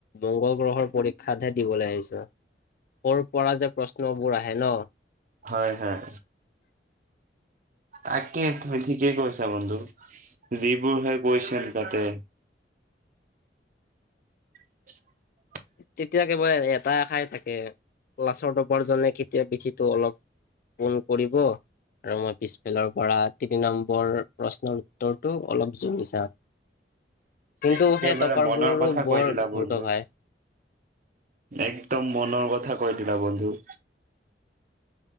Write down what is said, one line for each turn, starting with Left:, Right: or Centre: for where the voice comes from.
Left: মংগল গ্ৰহৰ পৰীক্ষাতহে দিবলৈ আহিছোঁ। ক'ৰ পৰা যে প্ৰশ্নবোৰ আহে ন?
Right: হয়, হয়। তাকে তুমি ঠিকেই কৈছা বন্ধু, যিবোৰহে কোৱেশ্যন কাটে। <unintelligible>
Left: তেতিয়া একেবাৰে এটা আশাই থাকে, ক্লাছৰ টপাৰজনে কেতিয়া পিঠিটো অলপ পোন কৰিব। আৰু মই পিছফালৰ পৰা তিনি নম্বৰ প্ৰশ্নৰ উত্তৰটো অলপ জুমি চাম। কিন্তু
Right: একেবাৰে
Left: সেই টপাৰবোৰৰো
Right: মনৰ কথা
Left: বৰ
Right: কৈ দিলা
Left: ধূৰ্ত
Right: বন্ধু।
Left: ভাই
Right: একদম মনৰ কথা কৈ দিলা ন বন্ধু।